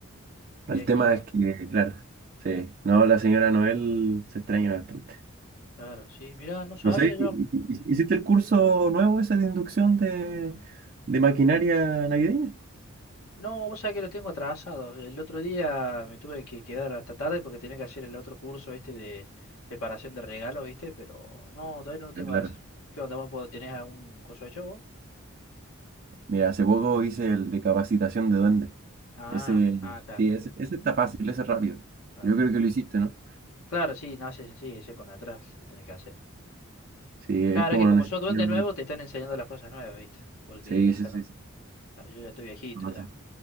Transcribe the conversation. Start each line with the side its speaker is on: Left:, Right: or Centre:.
Right: el
Left: viejita.
Right: tema es que, claro, sí, no, la señora Noel se extraña bastante.
Left: Claro, sí, mira, no sabía
Right: No sé,
Left: yo.
Right: ¿hiciste el curso nuevo ese de inducción de, de maquinaria navideña?
Left: No, vos sabés que lo tengo atrasado. El otro día me tuve que quedar hasta tarde porque tenía que hacer el otro curso este de preparación de regalos, ¿viste? Pero no, todavía no lo tengo
Right: Ah, Claro.
Left: a hacer. ¿Qué onda, vos po- tenés algún coso hecho vos?
Right: Mira, hace poco hice el de capacitación de duende.
Left: Ah,
Right: Ese,
Left: ah, claro,
Right: sí, ese, ese está fácil, ese es rápido.
Left: claro.
Right: Yo creo que lo hiciste, ¿no?
Left: Claro, sí, no, sí, sí, sí, ese cuando atrás lo tenés que hacer.
Right: Sí, es
Left: Claro,
Right: como
Left: es que como
Right: necesario.
Left: sos duende nuevo, te están enseñando las cosas nuevas, ¿viste? Porque
Right: Sí,
Left: están-
Right: sí, sí, sí.
Left: claro, yo ya estoy viejito
Right: No
Left: ya.
Right: sé.